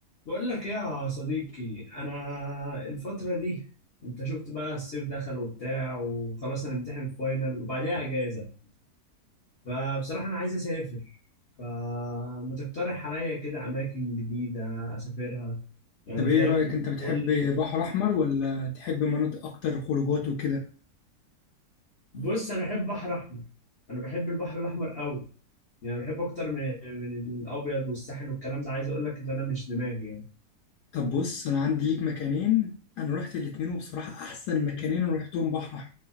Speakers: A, on the left (about 45°); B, on the left (about 85°).
A: بقول لك ايه يا صديقي انا الفتره دي انت شفت بقى الصيف دخل وبتاع وخلاص هنمتحن فاينل وبعديها اجازه فبصراحه انا عايز اسافر فما تقترح عليا كده اماكن جديده اسافرها يعني
B: طب
A: فاهم
B: ايه رأيك انت بتحب
A: قول لي
B: بحر احمر ولا تحب مناطق اكتر خروجات وكده
A: بص انا بحب بحر احمر انا بحب البحر الاحمر قوي يعني بحب اكتر من من الابيض والساحل والكلام ده عايز اقول لك ان انا مش دماغي يعني
B: طب بص انا عندي ليك مكانين انا رحت الاتنين وبصراحة احسن مكانين انا رحتهم بحر احمر